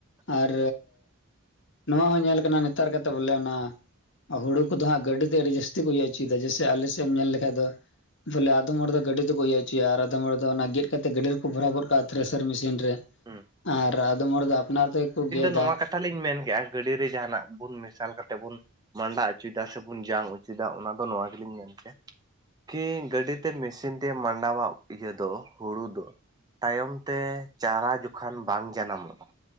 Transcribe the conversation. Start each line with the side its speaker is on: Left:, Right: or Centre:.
Left: ᱟᱨ ᱱᱚᱣᱟ ᱦᱚᱸ ᱧᱮᱞ ᱠᱟᱱᱟ ᱱᱮᱛᱟᱨ ᱠᱟᱛᱮᱜ ᱵᱚᱞᱮ ᱚᱱᱟ ᱦᱩᱲᱩ ᱠᱚᱫᱚ ᱦᱟᱸᱜ ᱜᱟᱹᱰᱤ ᱛᱮ ᱟᱹᱰᱤ ᱡᱟᱹᱥᱛᱤ ᱠᱚ ᱤᱭᱟᱹ ᱚᱪᱚᱭᱮᱫᱟ ᱡᱮᱭᱥᱮ ᱟᱞᱮᱥᱮᱫ ᱮᱢ ᱧᱮᱞ ᱞᱮᱠᱷᱟᱡ ᱫᱚ ᱵᱚᱞᱮ ᱟᱫᱚᱢ ᱦᱚᱲ ᱫᱚ ᱜᱟᱹᱰᱤ ᱛᱮᱠᱚ ᱤᱭᱟᱹ ᱚᱪᱚᱭᱟ ᱟᱨ ᱟᱫᱚᱢ ᱦᱚᱲ ᱫᱚ ᱚᱱᱟ ᱜᱮᱫ ᱠᱟᱛᱮ ᱜᱟᱹᱰᱤ ᱨᱮᱠᱚ ᱵᱷᱚᱨᱟᱣ ᱜᱚᱫ ᱠᱟᱜᱼᱟ ᱛᱷᱨᱮᱥᱟᱨ ᱢᱤᱥᱤᱱ ᱨᱮ
Right: ᱦᱮᱸ
Left: ᱟᱨ ᱟᱫᱚᱢ ᱦᱚᱲ ᱫᱚ ᱟᱯᱱᱟᱨ ᱛᱮᱠᱚ ᱜᱮᱫᱟ
Right: ᱱᱚᱣᱟ ᱠᱟᱛᱷᱟ ᱞᱤᱧ ᱢᱮᱱ ᱠᱮᱫᱼᱟ ᱜᱟᱹᱰᱮ ᱡᱟᱦᱟᱱᱟᱜ ᱵᱚᱱ ᱢᱮᱥᱟᱞ ᱠᱟᱛᱮᱜ ᱵᱚᱱ ᱢᱟᱸᱰᱟ ᱚᱪᱚᱭᱮᱫᱟ ᱥᱮᱵᱚᱱ ᱡᱟᱝ ᱚᱪᱚᱭᱮᱫᱟ ᱚᱱᱟ ᱫᱚ ᱱᱚᱣᱟ ᱜᱮᱞᱤᱧ ᱢᱮᱱ ᱠᱮᱭᱟ ᱠᱤ ᱜᱟᱹᱰᱤ ᱛᱮ ᱢᱤᱥᱤᱱ ᱛᱮ ᱢᱟᱸᱰᱟᱣᱟᱜ ᱤᱭᱟᱹ ᱫᱚ ᱦᱩᱲᱩ ᱫᱚ ᱛᱟᱭᱚᱢ ᱛᱮ ᱪᱟᱨᱟ ᱡᱚᱠᱷᱟᱱ ᱵᱟᱝ ᱡᱟᱱᱟᱢᱚᱜᱼᱟ